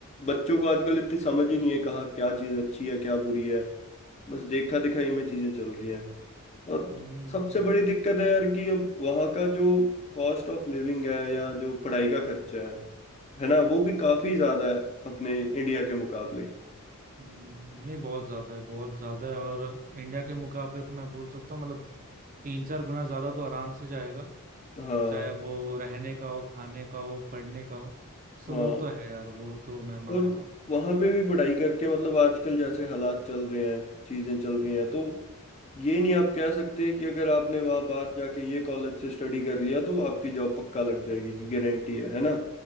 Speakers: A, on the left; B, on the right.
A: बच्चों को आजकल इतनी समझ ही नहीं है कहाँ क्या चीज अच्छी है क्या बुरी है बस देखा दिखाई में चीजें चल रही हैं और
B: हम्म,
A: सबसे बड़ी दिक्कत है यार कि अब वहाँ का जो कॉस्ट ऑफ लिविंग है या जो पढ़ाई का खर्चा है है ना वो भी काफी ज्यादा है अपने इंडिया के मुकाबले
B: हम्म, नहीं बहुत ज्यादा है बहुत ज्यादा है और इंडिया के मुकाबले तो मैं बोल सकता हूँ मतलब तीन चार गुना ज्यादा तो आराम से जाएगा
A: हाँ
B: चाहे वो रहने का हो खाने का हो पढ़ने का हो सो
A: हाँ
B: वो तो है यार वो तो मैं मानता
A: और
B: हूँ
A: वहां पे भी पढ़ाई करके मतलब आजकल जैसे हालात चल रहे हैं चीजें चल रही हैं तो ये नहीं आप कह सकते कि अगर आपने वहां बाहर जाके ये कॉलेज से स्टडी कर लिया तो आपकी जॉब पक्का लग जाएगी कि गारंटी है है ना